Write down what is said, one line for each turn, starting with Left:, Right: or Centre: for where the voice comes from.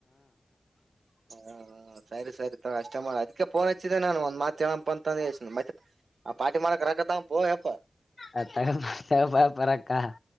Right: ಹ್ಮ <inaudible> ಸರಿ ಸರಿ ತ ಅಷ್ಟ ಮಾಡ ಅದ್ಕ್ಕೆ ಫೋನ್ ಹಚ್ಚಿದ್ದೆ ನಾನು ಒಂದ್ ಮಾತ್ ಹೇಳಪ್ಪ ಅಂತಂದಳ್ಸ ಮತ್ತೆ ಆ ಪಟಿ ಮಾಡಾರಕ್ ರಕ್ಕದಾ ಪ ಎಪ್ಪ
Left: ಅ ತ ಬ ಪರಕ್ಕ <inaudible>